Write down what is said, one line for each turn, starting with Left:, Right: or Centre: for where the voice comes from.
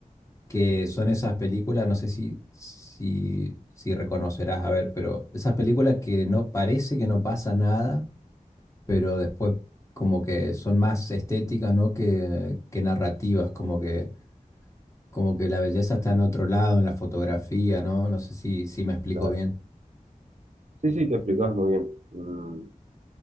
Left: que
Right: ujú,
Left: son esas películas, no sé si, si, si reconocerás, a ver, pero esas películas que no parece que no pasa nada, pero después como que son más estéticas, ¿no? que, que narrativas, como que, como que la belleza está en otro lado, en la fotografía, ¿no? No sé si, si me explico
Right: claro.
Left: bien.
Right: Sí, sí, te explicabas muy bien. Mm,